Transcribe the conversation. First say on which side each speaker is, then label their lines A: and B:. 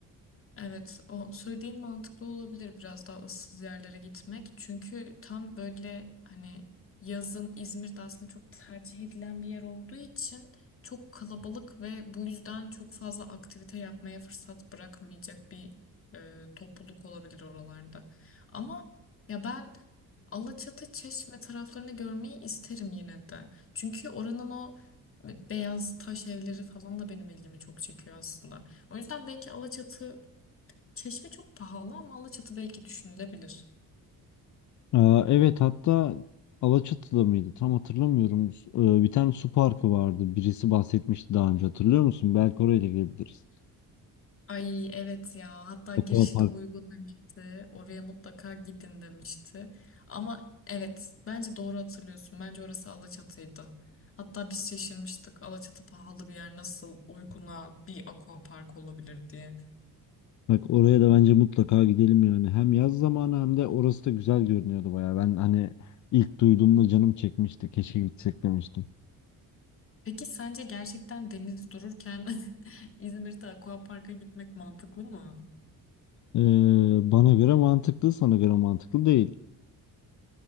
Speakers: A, on the left; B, on the left.
A: evet o söylediğin mantıklı olabilir biraz daha ıssız yerlere gitmek. Çünkü tam böyle hani yazın İzmir'de aslında çok tercih edilen bir yer olduğu için çok kalabalık ve bu yüzden çok fazla aktivite yapmaya fırsat bırakmayacak bir e, topluluk olabilir oralarda. Ama ya ben Alaçatı, Çeşme taraflarını görmeyi isterim yine de. Çünkü oranın o e, beyaz taş evleri falan da benim ilgimi çok çekiyor aslında. O yüzden belki Alaçatı, Çeşme çok pahalı ama Alaçatı belki düşünülebilir.
B: Aa, evet hatta Alaçatı'da mıydı? Tam hatırlamıyorum. Su- e, Bir tane su parkı vardı. Birisi bahsetmişti daha önce hatırlıyor musun? Belki oraya da gidebiliriz.
A: Ay evet ya hatta girişi
B: Aquapark
A: de uygun demişti. Oraya mutlaka gidin demişti. Ama evet bence doğru hatırlıyorsun. Bence orası Alaçatı'ydı. Hatta biz şaşırmıştık Alaçatı pahalı bir yer nasıl uyguna bir aquapark olabilir diye.
B: Bak oraya da bence mutlaka gidelim yani. Hem yaz zamanı hem de orası da güzel görünüyordu baya. Ben hani ilk duyduğumda canım çekmişti. Keşke gitsek demiştim.
A: Peki sence gerçekten deniz dururken <laughs> İzmir'de aquaparka gitmek mantıklı mı?
B: Ee, bana göre mantıklı, sana göre mantıklı değil.